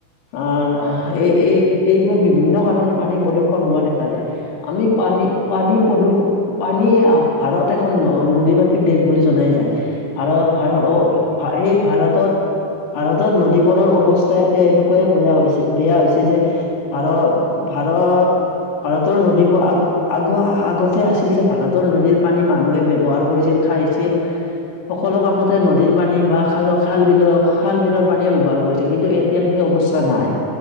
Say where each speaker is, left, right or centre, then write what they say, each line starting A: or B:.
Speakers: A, on the left; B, on the left.
A: অ
B: হয়
A: এই এই এইবোৰ বিভিন্ন কাৰণত পানী প্ৰদূ্ষন হোৱা দেখা যায়। আমি পানী পানী প্ৰদূষণ পানী ভাৰত এখন ন নদী মাতৃক দেশ বুলি জনাই যায়। ভাৰ ভাৰ
B: হয় হয়
A: অ এই ভাৰতত, ভাৰতত নদীবোৰৰ অৱস্থা এতিয়া এনেকুৱাই বেয়া হৈছে বেয়া হৈছে যে, আৰু ভাৰত ভাৰতৰ নদীবোৰ আগ আগ আগতে আছিল যে ভাৰতৰ নদীৰ পানী মানুহে ব্যৱহাৰ কৰিছিল। খাইছিল, সকলো কামতে নদীৰ পানী বা খাল খাল বিলৰ খাল বিলৰ পানীয়ে ব্যৱহাৰ কৰিছিল কিন্তু এতিয়া সেই অৱস্থা নাই।